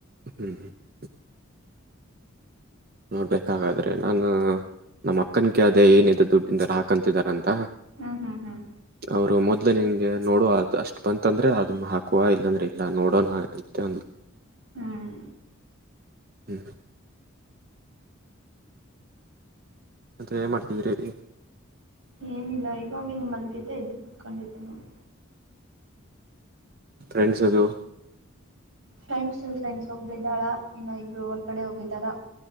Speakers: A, on the right; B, on the right.
A: ಹ್ಮ್ ಹ್ಮ್ ನೋಡ್ಬೇಕಾದ್ರೆ ನಾನು ನಮ್ಮ ಅಕ್ಕನ್ ಕ ಅದೇ ಏನಿದೆ ದುಡ್ಡಿಂದ ಹಾಕಂತಿದಾರಂತ
B: ಹ್ಮ್ ಹ್ಮ್ ಹ್ಮ್
A: ಅವರು ಮೊದ್ಲು ನಿಂಗೆ ನೋಡುವ ಅಷ್ಟ್ ಬಂತಂದ್ರೆ ಅದನ್ನ ಹಾಕುವ ಇಲ್ಲಾಂದ್ರೆ ಇಲ್ಲ ನೋಡೋಣ ಅತ್ಯಂದು
B: ಹ್ಮ್
A: ಹ್ಞ ಹ ಅದೆ ಏನ್ ಮಾಡ್ತಿದ್ರಿ ಈಗ.
B: ಏನಿಲ್ಲ ಇವಾಗಿನ್ ಮಲ್ಗಿದ್ದೆ ಎದ್ದು ಕುತ್ಕೊಂಡಿದ್ದೆ ನೋಡಿ
A: ಫ್ರೆಂಡ್ಸ್ ಅದು
B: ಫ್ರೆಂಡ್ಸ್ ಫ್ರೆಂಡ್ಸ್ ಹೋಗ್ಬಳಿದ್ದಾಳ ಇನ್ನು ಇಬ್ಬರು ಹೊರ್ಗಡೆ ಹೋಗಿದಾರಾ.